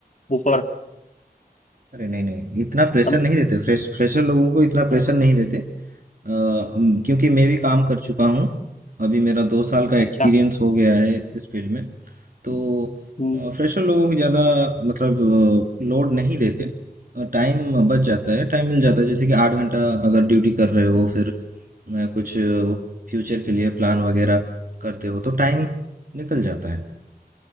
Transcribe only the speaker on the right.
अरे नहीं नहीं इतना प्रेशर
नहीं देते फ्रेश फ्रेशर लोगों को इतना प्रेशर नहीं देते अ, अम, क्योंकि मैं भी काम कर चुका हूँ अभी मेरा दो साल का एक्सपीरियंस
हो गया है इस फील्ड में तो
फ्रेशर लोगों को ज़्यादा मतलब लोड नहीं देते टाइम बच जाता है टाइम मिल जाता है जैसे कि आठ घंटा अगर ड्यूटी कर रहे हो फिर अ, कुछ फ्यूचर के लिए प्लान वगैरह करते हो तो टाइम निकल जाता है